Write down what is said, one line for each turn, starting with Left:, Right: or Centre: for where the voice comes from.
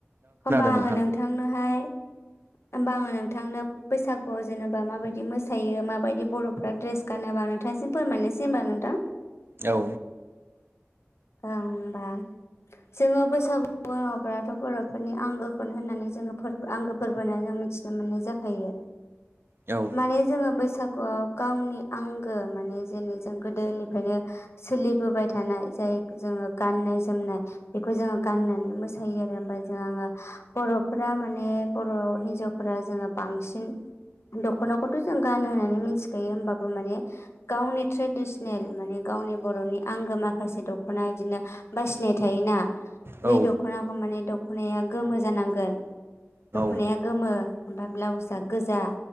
Left: होनबा
Right: नोंथां
Left: आङो नोंथांनोहाय होमबा आङो नोंथांनो बैसागुआव जेनेबा माबायदि मोसायो माबायदि बर'फ्रा ड्रेस गानोबा नोंथांसिम फोरमायनोसै होनबा नोंथां
Right: औ
Left: <unintelligible> जोङो बैसागुब्लाथ' बर'फोरनि आंगोखौनो होननानै जोङो फोरबो आंगो फोरबोना जों मिथिनो मोननाय जाखायो
Right: औ
Left: माने जोङो बैसागुआव गावनि आंगो माने जेरै जों गोदोनिफ्रायनो सोलिबोबाय थानाय जाय जोङो गाननाय जोमनाय। बेखौ जोङो गाननानै मोसायो आरो होमबा जों आङो बर'फ माने बर' हिनजावफोरा जोङो बांसिन दख'नाखौथ' जों गानो होननानै मिथिखायो होमबाबो माने गावनि ट्रेडिसनेल माने गावनि बर'नि आंगो माखासे दख'ना बिदिनो बासिनाय थायोना
Right: औ
Left: बे दख'नाखौ माने दख'नाया गोमो जानांगोन।
Right: औ
Left: दख'नाया गोमो ओमफाय ब्लाउस आ गोजा